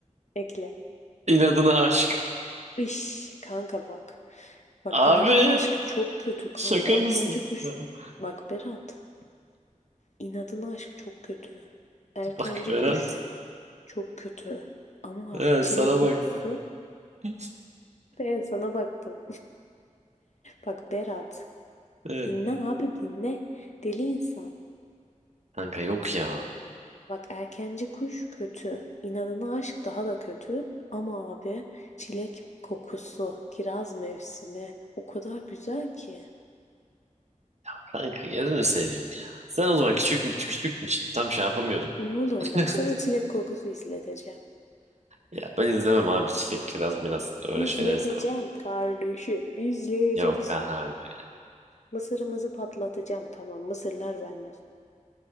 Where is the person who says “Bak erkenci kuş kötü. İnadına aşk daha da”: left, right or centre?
Left